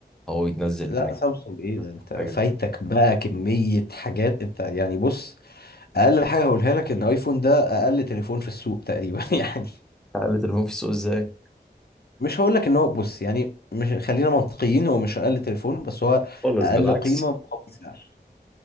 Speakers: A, in the centre; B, on the left.
A: هواوي تنزل
B: لا
A: حاجه
B: سامسونج ايه ده انت
A: حاجه
B: فايتك بقى كمية حاجات انت يعني بص اقل حاجة هقولها لك ان ايفون ده اقل تليفون في السوق تقريبا <laughs> يعني
A: اقل تليفون في السوق ازاي
B: مش هقول لك ان هو بص يعني مش خلينا منطقيين هو مش اقل تليفون بس هو
A: خالص
B: اقل
A: بالعكس
B: قيمة مقابل سعر